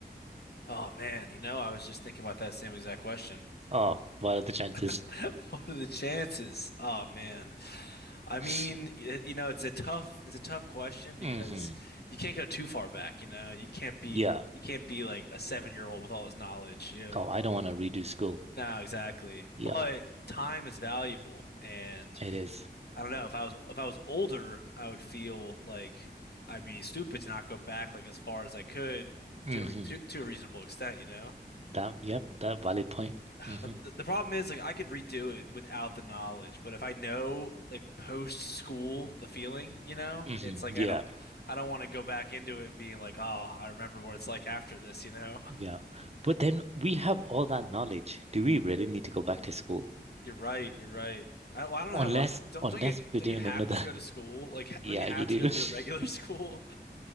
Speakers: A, on the left; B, on the right.
A: Oh man, you know, I was just thinking about that same exact question.
B: Oh, what are the chances?
A: <laughs> What are the chances? Oh man. I mean,
B: <laughs>
A: y- you know, it's a tough it's a tough question because
B: hmm
A: you can't go too far back, you know. You can't be
B: Yeah.
A: you can't be like a seven-year-old with all his knowledge. Yeah.
B: Oh, I don't want to redo school.
A: No, exactly.
B: Yeah,
A: But time is valuable and
B: it is.
A: I don't know. If I was if I was older, I would feel like I'd be stupid to not go back like as far as I could
B: Mm-hmm.
A: to a re to, to a reasonable extent, you know? <sighs>
B: That, yep, that valid point. hmm
A: The, the problem is like I could redo it without the knowledge, but if I know like post school the feeling, you know,
B: hmm
A: it's like
B: Yeah,
A: I don't I don't want to go back into it and being like, oh, I remember what it's like after this, you know? <laughs>
B: yeah. But then we have all that knowledge. Do we really need to go back to school?
A: You're right, you're right. I, don't, well, I don't know
B: Unless,
A: how it works. Don't
B: unless
A: don't you
B: we're
A: don't
B: doing
A: you have
B: another.
A: to
B: <laughs>
A: go to school? Like, don't
B: Yeah,
A: you have
B: you do.
A: to go to the regular
B: <laughs>
A: <laughs> school?